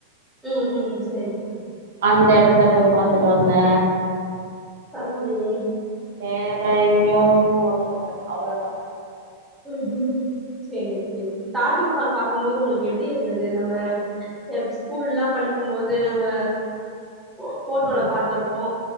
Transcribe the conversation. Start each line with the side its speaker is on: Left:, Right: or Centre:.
Centre: உம் உம் சேரி
Right: அந்த எடத்த போய் பாத்துட்டு வந்தே
Centre: பரவால்லயே
Right: வேற எங்கயு போனதில்ல அவ்ளோதா
Centre: ஹம் ஹம் சேரி சேரி தாஜ்மஹால் பாக்கும்போது உங்களுக்கு எப்படி இருந்தது நம்ம ஸ்கூல்லா படிக்கும் போது நம்ம ஃபோ ஃபோட்டோல
Right: ம்
Centre: பாத்துருப்போ